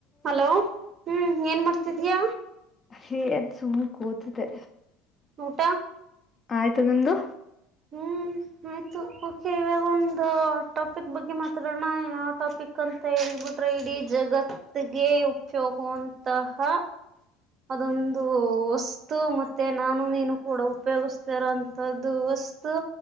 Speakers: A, on the right; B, on the left.
A: Hello ಹ್ಮ್ ಏನ್ ಮಾಡ್ತೀಯ
B: ಹೇ ಅದ ಸುಮ್ಮ ಕೂತಿದೆ
A: ಊಟ
B: ಆಯ್ತು ನಿಮ್ದು
A: ಹ್ಮ್ ಆಯ್ತು ಓಕೆ ಇವಾಗ ಒಂದು ಟಾಪಿಕ್ ಬಗ್ಗೆ ಮಾತಾಡೋಣ ಯಾವ ಟಾಪಿಕ್ ಅಂತ ಹೇಳ್ಬಿಟ್ರೆ ಇಡೀ ಜಗತ್ತಿಗೆ ತೇ ಉಪಯೋಗವಂತಹ ಅದೊಂದು ವಸ್ತು ಮತ್ತೆ ನಾನು ನೀನು ಕೂಡ ಉಪಯೋಗಿಸತರೋ ಅಂತದ್ದುಸ್ ಅು